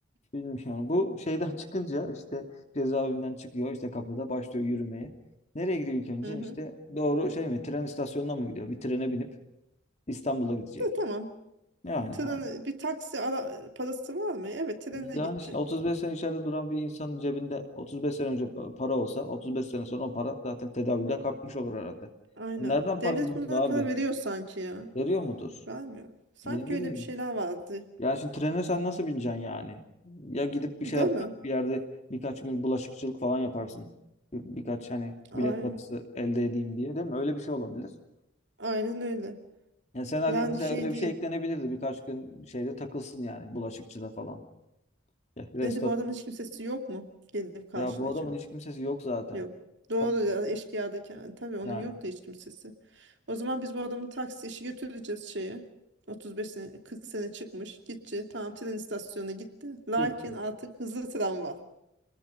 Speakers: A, on the left; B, on the right.
A: bilmiyorum. Bu şeyden <laughs> çıkınca işte cezaevinden çıkıyor. işte kapıda başlıyor yürümeye. Nereye gidiyor ilk önce?
B: Hı hı.
A: İşte doğru şey mi? Tren istasyonuna mı gidiyor? Bir trene binip İstanbul'a gidecek.
B: E, tamam.
A: Yani
B: Tren,
A: ha.
B: bir taksi ara, parası var mı? Evet trene
A: Yani
B: gidecek.
A: işte 35 sene içeride duran bir insanın cebinde 35 sene önce para olsa 35 sene sonra o para zaten tedavülden kalkmış olur herhalde.
B: Aynen.
A: Nereden parayı
B: Devlet
A: buldu
B: bunlara
A: abi?
B: para veriyor sanki ya.
A: Veriyor mudur?
B: Vermiyor. Sanki
A: Ne bileyim.
B: öyle bir şeyler vardı.
A: Ya şimdi trene sen nasıl bineceksin yani? Ya gidip bir
B: Değil
A: şey yapacaksın.
B: mi?
A: Bir yerde birkaç gün bulaşıkçılık falan yaparsın. Bir- birkaç hani
B: Aynen.
A: bilet parası elde edeyim diye değil mi? Öyle bir şey olabilir.
B: Aynen öyle.
A: Ya senaryo
B: Yani
A: mesela
B: şey
A: öyle
B: değil.
A: bir şey eklenebilirdi. Birkaç gün şeyde takılsın yani bulaşıkçıda falan. Ya, restoran.
B: Neydi bu adamın hiç kimsesi yok mu? Gelip karşılayacak.
A: Ya bu adamın hiç kimsesi yok zaten.
B: Yok. Doğru
A: Tabii
B: ya eşkıyadaki yani. Tabii onun
A: yani.
B: yoktu hiç kimsesi. O zaman biz bu adamı taksi işi götüreceğiz şeye. 35 sene 40 sene çıkmış. Gitti. Tamam tren istasyonuna gitti. Lakin
A: Gitti.
B: artık hızlı tren var.